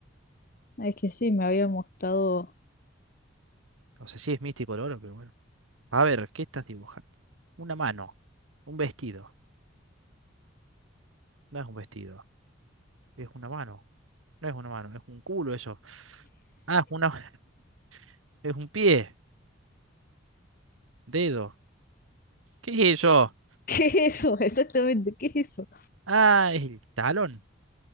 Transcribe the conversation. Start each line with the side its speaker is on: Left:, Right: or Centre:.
Left: Es que sí, me había mostrado.
Right: O sea, sí es místico el oro, pero bueno. A ver, ¿qué estás dibujando? Una mano, un vestido. No es un vestido, es una mano. No es una mano, es un culo eso. Ah, es una, <laughs> es un pie, dedo. ¿Qué es eso?
Left: ¿Qué es eso? <laughs> Exactamente, ¿qué es eso?
Right: Ah, es el talón.